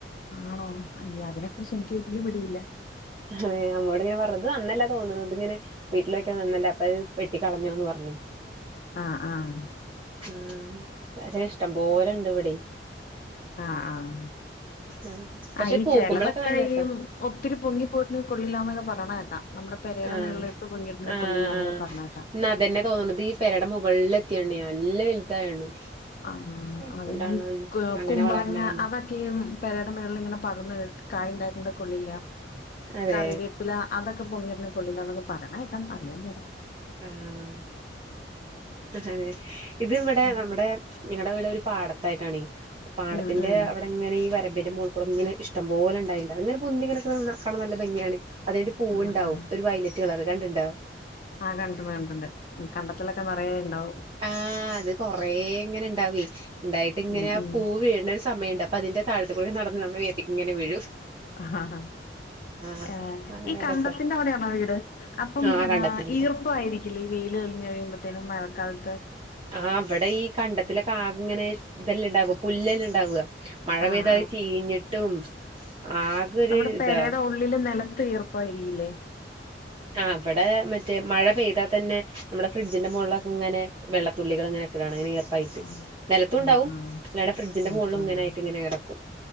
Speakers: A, on the left (about 50°); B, on the right (about 30°).
A: ആണോ അയ്യോ അതിനെ കുറിച്ച് എനിക്ക് വല്ല്യ പിടിയില്ല
B: അതേ അമ്മോടിങനെ പറഞു ഇത്നനനല തോന്നുന്നു ങ്ങനെ വീട്ടിലോക്കാ നന്നല്ല അപ്പൊ അത് വെട്ടി കളഞ്ഞോന്ന് പറഞ്ഞി
A: ആഹ് ആഹ്
B: ഉം അച്ച ഇഷ്ടം പോലെ ഇണ്ട് ഇവിടെ
A: ആഹ് ആഹ
B: ആഹ് പക്ഷെ
A: ആ ഈ
B: പൂക്കുമ്പളൊക്കെ
A: ചെലതൊക്കെ
B: നല്ല രസാ
A: ഈ ഒത്തിരി പൊങ്ങി പോയിട്ട് കൊള്ളില്ലന്നൊക്കെ പറയണ് കേക്കാം നമ്മുടെ പെരേടെ
B: ആഹ
A: മേളിലിട്ട് പൊങ്ങിയിട്ടുണ്ടെങ്കിൽ
B: ആഹ
A: കൊള്ളില്ലാന്നൊക്കെ പറയണ കേക്കാം.
B: എന്നാ അതന്നെ തോന്നുന്നത് ഈ പെടെ മുകളിൽ <unintelligible>
A: ആ അത
B: അതുകൊണ്ടാണോ
A: ഈ
B: ഇനി അങ്ങനെ
A: കുമ്പളങ്ങ
B: വളരണ കാരണം
A: അതൊക്കെ പെരയുടെ മേളിൽ ഇങ്ങനെ പടർന്നു കഴി കായണ്ടായിട്ട കൊള്ളില്ല
B: അതെ
A: കറിവേപ്പില അതൊക്കെ പൊങ്ങിട കൊില്ലാൊക്കെ പറയണേകാം അറീയാൻമേല
B: ആഹ അതെ ഇത് ഇവിടെ
A: ഉം.
B: നമ്മുടെ ഞങ്ങളടെ ഇവിടെ ഒരു പാടത്തായിട്ടാണ് ആണേ പാടത്തിന്റെ
A: ഉം ഉം.
B: അവിടെങ്ങനെ ഈ <unintelligible> മൂക്കൂട ഇങ്ങനെ ഇഷ്ട പോല ഉണ്ടായിുണ്ട് അങ്ങനെൊന്തിങ്ങനൊക്കെ നല്ല ഭംഗിയാണ് അതൊരു പൂവ
A: ആഹ്
B: ഉണ്ടാവും
A: ആഹ്.
B: ഒരു വയലറ്റ് കളർ കണ്ടുണ്ട
A: ആ കണ്ടിട്ടുണ്ട് കണ്ടത്തിലൊക്കെ നെറയെ ഇണ്ടാവും
B: ആ അത് കൊറെ ഇങ്ങനെ ഇണ്ടാവെ ഇണ്ടായിട്ട് ഇങ്ങനെ
A: ഉം ഉം
B: പൂ വീഴണ സമയണ്ട് അപ്പ അതിന്റെ താഴത്ത് പുഴു നടന്ന് നമ്മളെ മേത്ത്ക്ക്ങ്ങന വരും
A: ആഹ ഹഹ
B: അത്
A: ആ ഈ
B: നല്ല
A: കണ്ടത്തിന്റെ
B: രസാ
A: അവിടെയാണോ വീട് അപ്പം
B: ആഹ്
A: എന്നാ
B: കണ്ടത്തിന്റെ അടുത്താ
A: ഈർപ്പ ആയിരിക്കില്ലേ ഈ വെയില് തെളിഞ്ഞ് കയുമ്പോഴത്തേനും മഴക്കാലത്ത്
B: ആ വടെ ഈ കണ്ടത്തില് ആകെ ഇങ്ങനെ ഇതെല്ലാം ഇണ്ടാവു പുല്ലെല്ലാം ഇണ്ടാവ മഴ
A: ആഹ്
B: പെയ്താ അത് ചീഞ്ഞിട്ടും ആകെ ഒരു
A: നമ്മടെ
B: ഇതാ
A: പെരേടെ ഉള്ളിലും നെലത്ത് ഈർപ്പായിരിക്കില്ലേ
B: ആ വടെ മറ്റേ മഴ പെയ്താൽ തന്നെ നമ്മടെ ഫ്രിഡ് ജിന്റെ മോൾളെക്കെങ്ങനെ വെള്ളത്തുള്ളികൾങ്ങനെ നിക്കണ കാണാം പായിട്ട്
A: ആഹ്
B: നിലത്തുണ്ടാവും
A: ആഹ് ആഹ്
B: <unintelligible> ഫ്രിഡ്ജിന്റെ
A: നിലത്തുണ്ടാവും
B: മേൾളുങ്ങനായിട്ട്ങ്ങനൊ കെടക്കും